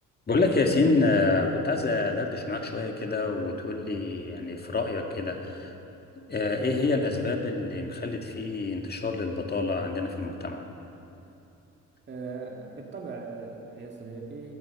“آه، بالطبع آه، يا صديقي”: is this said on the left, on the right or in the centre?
Right